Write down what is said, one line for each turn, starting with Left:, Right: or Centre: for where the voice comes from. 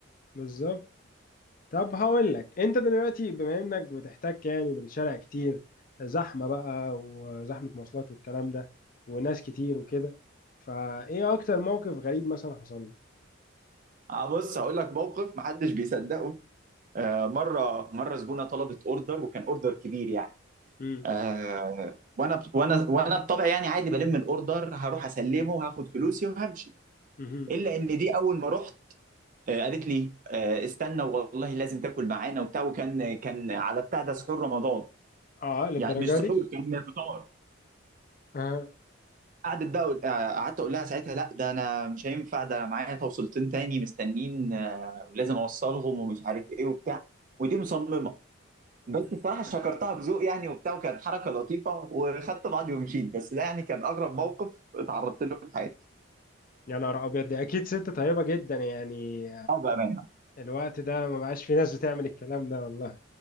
Left: بالظبط طب هقول لك انت دلوقتي بما انك بتحتك يعني بالشارع كتير زحمة بقى وزحمة مواصلات والكلام ده وناس كتير وكده فايه اكتر موقف غريب مثلا حصل لك
Right: آه، بص هقول لك موقف محدش بيصدقه آه، مره مره زبونه طلبت اوردر وكان اوردر كبير يعني
Left: امم
Right: آه، وانا وانا وانا بطبعي يعني عادي بلم الاوردر هروح اسلمه وهاخد فلوسي وهمشي
Left: امم
Right: الا ان دي اول ما رحت آه، قالت لي آه، استنى والله لازم تاكل معانا وبتاع وكان كان على بتاع ده سحور رمضان
Left: اه للدرجة
Right: يعني مش سحور
Left: دي
Right: كان فطار
Left: اه
Right: قعدت بقى أقول- آه، قعدت اقول لها ساعتها لا ده انا مش هينفع ده انا معايا توصيلتين تاني مستنين آه، ولازم اوصلهم ومش عارف ايه وبتاع ودي مصممه بس بصراحه شكرتها بذوق يعني وبتاع وكانت حركه لطيفه وخدت بعضي ومشيت بس ده يعني كان اغرب موقف اتعرضت له في حياتي
Left: يا نهار ابيض دي اكيد ست طيبة جدا يعني
Right: اه بامانه
Left: الوقت ده ما بقاش في ناس بتعمل الكلام ده والله